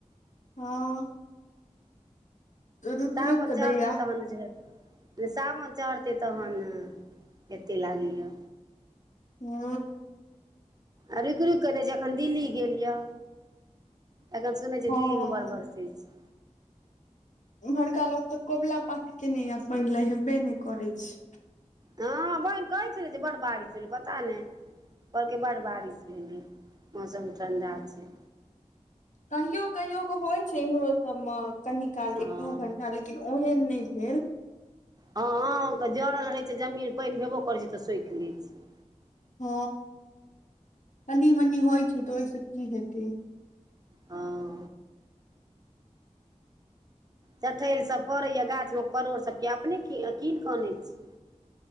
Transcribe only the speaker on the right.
साबन
चढ़तै
तहन जे तऽ सावन चढ़तै तहन एते लागैया
आ रुकि रुक के देे छै अखन दिल्ली गेल ये एखन सुनने छी
दिल्ली में बड़ बरसा <unintelligible> छै
हँ बहिन कहै छलै जे बड़ बारिश भेलै पता नहि कहलकई बड बारिश भेलै मौसम ठण्डा छै
हँ
हँ हँ जरल रहै छै जमीन पानि भेबो करै छै तऽ सखि लै छै
ह। चठेल सभ फड़ै या गाछ मे परोड़ सभके अपने कीन कऽ अनै छी